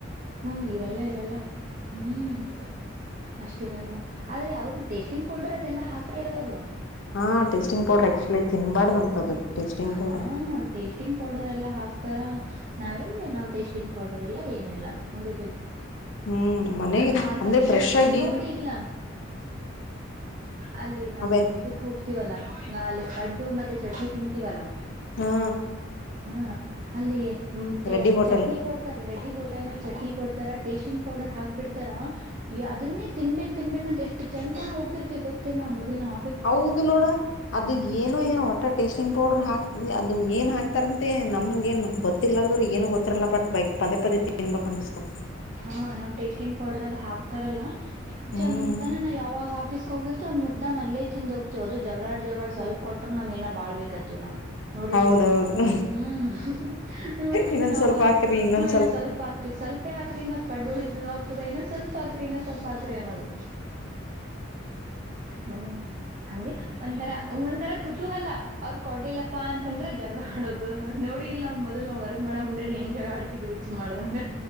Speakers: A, on the right; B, on the left.
A: ಹ್ಮ್ ಇರಲ್ಲ ಇರಲ್ಲ <inaudible> ಹ್ಮ್ ಅಷ್ಟಿರಲ್ಲ ಆದ್ರೆ ಅವರು ಟೇಸ್ಟಿಂಗ್ ಪೌಡರ್ ಅದೆಲ್ಲಾ ಹಾಕ್ತಾರ ಅವರು
B: ಹಾ ಟೇಸ್ಟಿಂಗ್ ಪೌಡ್ರ ಆಕ್ಚುಲಿ ತಿನ್ಬಾರ್ದ ಅಂತದು. ಟೇಸ್ಟಿಂಗ್
A: ಹಾ
B: ಪೌಡರ್
A: ಟೇಸ್ಟಿಂಗ್ ಪೌಡರ್ ಎಲ್ಲಾ ಹಾಕ್ತಾರ. ನಾವೆಲ್ಲ ನಾವ್ ಟೇಸ್ಟಿಂಗ್ ಪೌಡರ್ ಎಲ್ಲಾ ಏನಲ್ಲಾ ನೋಡಿದಲ್
B: ಹ್ಮ್ ಮನೆಗೆ
A: ಅದು ಹಾಕನ
B: ಅಂದ್ರೆ ಫ್ರೆಶ್ ಆಗಿ
A: ನೋಡಿ ಇಲ್ಲ ಅಲ್ಲಿ ನಾವು
B: ಅವೇ
A: ಇದಕ್ ಹೋಗ್ತಿವಲ್ಲಾ ನ ಅಲ್ಲಿ ಪಡ್ಡು ಮತ್ತೆ ಚಟ್ನಿ ತಿಂತೀವಲ್ಲ
B: ಹಾ
A: ಹ ಅಲ್ಲಿ
B: ರೆಡ್ಡಿ ಹೋಟೆಲ್
A: ಚಟ್ನಿ ಕೊಡ್ತಾರ ರೆಡ್ಡಿ ಹೋಟೆಲ್ ನಲ್ಲಿ ಚಟ್ನಿ ಕೊಡ್ತಾರ ಟೇಸ್ಟಿಂಗ್ ಪೌಡರ್ ಹಾಕ್ಬ ಬಿಡ್ತಾರ ಅದನ್ನೇ ತಿನ್ಬೇಕೇಕ್ ತಿನ್ಬೇಕ ಅ ಎಷ್ಟ ಚಂದಾಗ ಹೋಗ್ತಿರ್ತಿ ಗೊತ್ತೇ ನಾ ಮೊದ್ಲ್ ನಾ.
B: ಹೌದು ನೋಡ. ಅದು ಏನೋ ಏನೋ ಒಟ್ಟ ಟೇಸ್ಟಿಂಗ್ ಪೌಡರ್ ಹಾಕ್ ಅದು ಏನ್ ಹಾಕ್ತಾರಂತೆ ನಮ್ಗ ನು ಗೊತ್ತ. ತಿಲ್ಲಾರ್ರ ಏನು ಗೊತ್ತಿಲ್ಲ ಬಟ್ ಬೈಕ್ ಪದೇ ಪದೇ ತಿನ್ಬೇಕ ಅಸ್ತು
A: ಹಾ ನಾವ್ ಟೇಸ್ಟಿಂಗ್ ಪೌಡರ್ ಅದು ಹಾಕ್ತಾರಲ್ಲಾ
B: ಹ್ಮ್
A: ಚಂದನ ನಾ ಯಾವಾಗ ಆಫೀಸ್ ಹೋಗಿರ್ತ ಮುದ್ದಂ ಅಲ್ಲೇ ತಿಂದು ಹೋಗ್ತವ ಅದು ಜಗಳಾಡ್ ಜಗಳಡ್ ಸ್ವಲ್ಪ್ ಕೊಟ್ರ ನಮ್ಏನ ಬಾಳ್ಬೇಕ ಅಂತೀವ್ ನೋಡಿದಿಲ್
B: ಹೌದೌದು
A: ಹ್ಮ್ ನೋಡಿದಲ್
B: ಇನ್ನೊಂದ್
A: ನ
B: ಸ್ವಲ್ಪ ಹಾಕ್ರಿ ಇನ್ನೊಂದ್
A: ಏನ ಸ್ವಲ್ಪ ಹಾಕ್ರಿ ಸ್ವಲ್ಪ. ಹಾಕ್ರಿ ಮತ್ ಪಡ್ ಆಗ್ತದ ಇನ್ನು ಸ್ವಲ್ಪ ಹಾಕ್ರ ಇನ್ನ ಸ್ವಲ್ಪ ಹಕ್ರ ಅನ್ನೋದು. ಹ್ಮ್ ಹಂಗೆ. ಒಂಂತರ ಒಂಗ ಒಂಂತರ ಕುತೂಹಲ ಅವ್ರ ಕೊಡ್ಲಿಲ್ಲಪ್ಪಾ ಅಂತಂದ್ರ ಜಗಳ ಆಡೋದು ನೋಡಿ ಇಲ್ಲ ಮೊದ್ಲ್ ನಾವ್ರ್. ಹೆಂಗ ಮಾಡ ಮುಂದಾಡಿ ಹೆಂಗ ಜಗ ಆಡ್ತಿದ್ವಿ ರುಚಿ ಮಾಡ್ದಂಗ